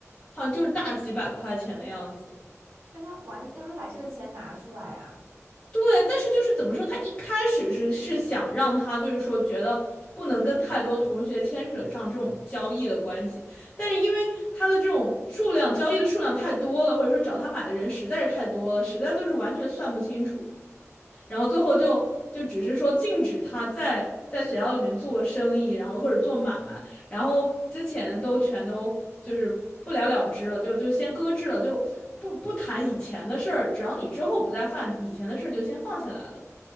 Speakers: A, on the left; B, on the right.
A: 好像就是大几百块钱的样子。
B: 让他还，让他把这个钱拿出来呀、
A: 对，但是就是怎么说，他一开始是是想让他就是说觉得不能跟太多同学牵扯上这种交易的关系，但是因为他的这种数量交易的数量太多了，或者说找他买的人实在是太多了，实在就是完全算不清楚。然后最后就就只是说禁止他在在学校里面做生意，然后或者做买卖，然后之前都全都就是不了了之了，就就先搁置了，就不不谈以前的事儿，只要你之后不再犯以前的事儿，就先放下来了。